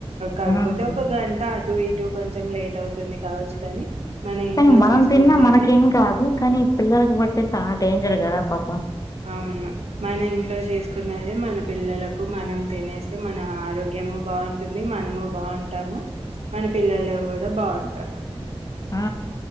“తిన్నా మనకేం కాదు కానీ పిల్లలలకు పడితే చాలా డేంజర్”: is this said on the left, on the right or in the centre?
Left